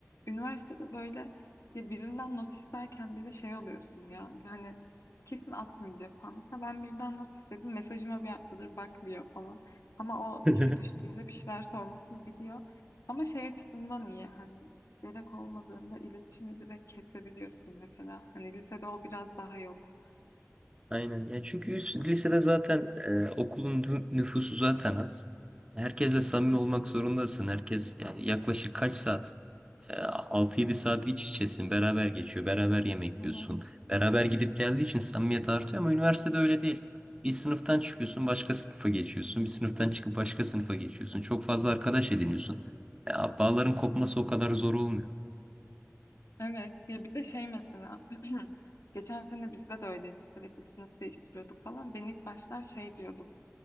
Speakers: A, on the left; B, on the right.
A: üniversitede böyle ya birinden not isterken bile şey oluyorsun ya. Yani kesin atmayacak falan. Mesela ben birinden not istedim. Mesajıma bir haftadır bakmıyor falan. Ama o
B: <laughs>
A: işi düştüğünde bir şeyler sormasını biliyor. Ama şey açısından iyi hani gerek olmadığında iletişimi direkt kesebiliyorsun mesela. Hani lisede o biraz daha yok.
B: Aynen. Ya çünkü üst- lisede zaten e, okulun nü- nüfusu zaten az. Herkesle samimi
A: Hı hı.
B: olmak zorundasın. Herkes yani yaklaşık kaç saat? E, 6-7 saat iç içesin, beraber geçiyor, beraber yemek
A: Hı
B: yiyorsun.
A: hı.
B: Beraber gidip geldiği için samimiyet artıyor ama üniversitede öyle değil. Bir sınıftan çıkıyorsun, başka sınıfa geçiyorsun. Bir sınıftan çıkıp başka sınıfa geçiyorsun. Çok fazla arkadaş ediniyorsun. Ya, bağların kopması o kadar zor olmuyor.
A: Evet ya bir de şey mesela <clears throat> geçen sene bizde de öyleydi sürekli sınıf değiştiriyorduk falan ben ilk başlar şey diyordum